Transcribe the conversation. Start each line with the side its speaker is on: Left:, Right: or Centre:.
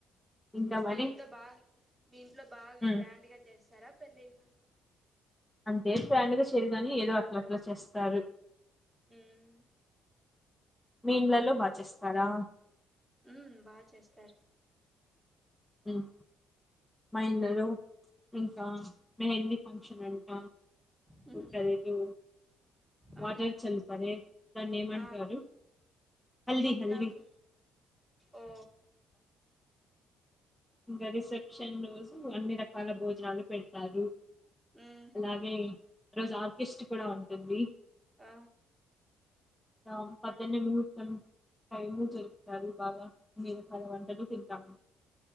Centre: ఇంకా
Right: మీ
Centre: మరి
Right: ఇంట్లో బాగా మీ ఇంట్లో బాగా
Centre: ఉమ్
Right: గ్రాండ్గా చేస్తారా పెళ్లిళ్లు
Centre: అంతేం గ్రాండ్గా చేయరుగాని ఏదో అట్లట్లా చేస్తారు
Right: ఉమ్
Centre: మీ ఇండ్లలో బాచేస్తారా
Right: ఉమ్ బాగా చేస్తారు
Centre: ఉమ్ మా ఇండ్లలో ఇంకా మెహందీ ఫంక్షన్ అంట
Right: మ్మ్
Centre: ఉంటది చూ
Right: ఆ
Centre: వాటర్ చల్తారే దాన్ని ఏమంటారు
Right: ఆ
Centre: హల్ది హల్ది
Right: నాకు ఓ
Centre: ఇంగా రిసెప్షన్ రోజు అన్ని రకాల భోజనాలు పెడతారు
Right: మ్మ్
Centre: అలాగే ఈ రోజు ఆర్కెస్ట్ కూడా ఉంటుంది
Right: ఆ
Centre: ఇంక పద్దని ముహూర్తం టైము
Right: మ్మ్
Centre: జరుపుతారు బాగా మీరు పలు వంటలు తింటాం